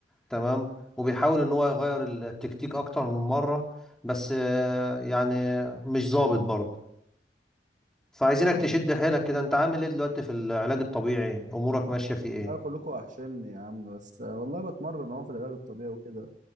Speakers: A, in the centre; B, on the right.
A: تمام وبيحاول ان هو يغير التكتيك اكتر من مره بس آه، يعني مش ظابط برضه فعايزينك
B: والله
A: تشد حيلك كده انت عامل ايه دلوقتي في العلاج الطبيعي امورك ماشيه في
B: والله
A: ايه
B: كلكم وحشني يا عم بس والله بتمرن أهو في العلاج الطبيعي وكده